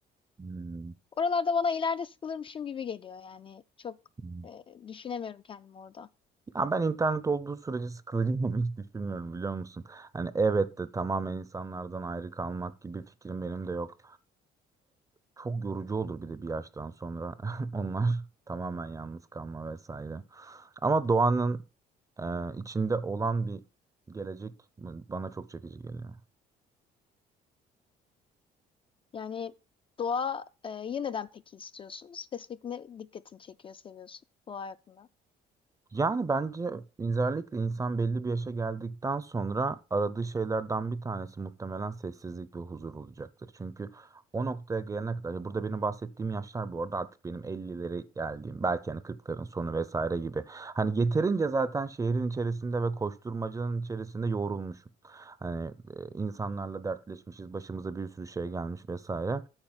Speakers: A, on the right; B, on the left.
A: hmm,
B: Oralarda bana ileride sıkılırmışım gibi geliyor yani. Çok
A: hmm.
B: e, düşünemiyorum kendimi orada.
A: Ya ben internet olduğu sürece sıkılacağımı hiç düşünmüyorum biliyor musun? Hani evet de tamamen insanlardan ayrı kalmak gibi fikrim benim de yok. Çok yorucu olur bir de bir yaştan sonra <laughs> onlar tamamen yalnız kalma vesaire. Ama doğanın e, içinde olan bir gelecek bana çok çekici geliyor.
B: Yani doğa e, yeniden peki istiyorsunuz? Spesifik ne dikkatini çekiyor, seviyorsun doğa hakkında?
A: Yani bence özellikle insan belli bir yaşa geldikten sonra aradığı şeylerden bir tanesi muhtemelen sessizlik ve huzur olacaktır. Çünkü o noktaya gelene kadar, ya burada benim bahsettiğim yaşlar bu arada artık benim elli'lere geldiğim, belki hani kırkların sonu vesaire gibi. Hani yeterince zaten şehrin içerisinde ve koşturmacanın içerisinde yoğrulmuşum. Hani e, insanlarla dertleşmişiz, başımıza bir sürü şey gelmiş vesaire.